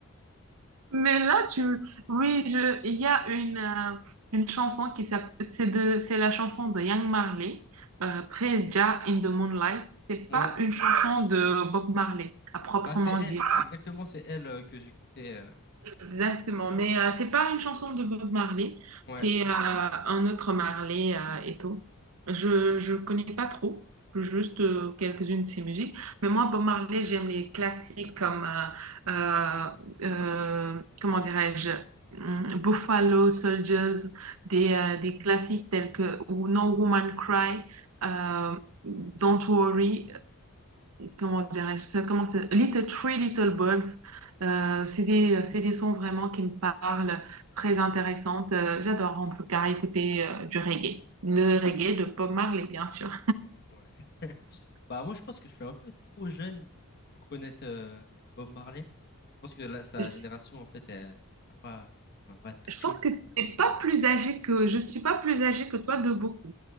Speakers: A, on the right (about 70°); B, on the left (about 45°).
A: Mais là, tu... Oui, je... il y a une, euh, une chanson qui s'appelle... C'est de... c'est la chanson de Young Marley, euh, Praise Jah in the Moonlight. C'est
B: Ouais.
A: pas une chanson de Bob Marley, à proprement
B: Bah, c'est elle.
A: dire.
B: Exactement, c'est elle euh, que j'écoutais. euh.
A: Exactement, mais euh, c'est pas une chanson de Bob Marley,
B: Ouais.
A: c'est euh, un autre Marley euh, et tout. Je je connais pas trop, juste euh, quelques-unes de ses musiques. Mais moi, Bob Marley, j'aime les classiques comme euh, euh, euh, comment dirais-je, hum, Buffalo Soldiers, des euh, des classiques tels que ou No Woman Cry, euh, Don't Worry comment dirais-je ça, comment ça- Little Three Little Birds. Euh, c'est des, c'est des sons vraiment qui me parlent, très intéressantes. Euh, j'adore en tout cas écouter euh, du reggae. Le reggae de Bob Marley, bien sûr.
B: Ouais. <laughs> Bah, moi, je pense que je suis un peu trop jeune pour connaître euh, Bob Marley. Je pense que là, sa
A: Je
B: génération, en fait, elle va pas, elle m'a pas touché.
A: je pense que t'es pas plus âgé que, je suis pas plus âgée que toi de beaucoup.